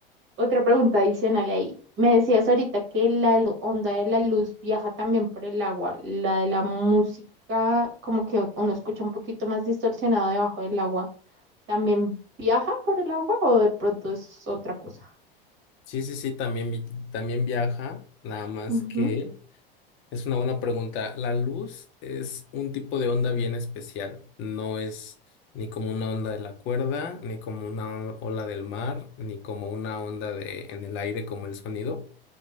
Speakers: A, on the right; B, on the left.
A: otra pregunta adicional ahí. Me decías ahorita que la lu- onda de la luz viaja también por el agua, la de la música, como que uno escucha un poquito más distorsionado debajo del agua, ¿también viaja por el agua o de pronto es otra cosa?
B: Sí, sí, sí, también, vi- también viaja, nada más
A: Ujú,
B: que es una buena pregunta. La luz es un tipo de onda bien especial, no es ni como una onda de la cuerda, ni como una on- ola del mar, ni como una onda de, en el aire como el sonido.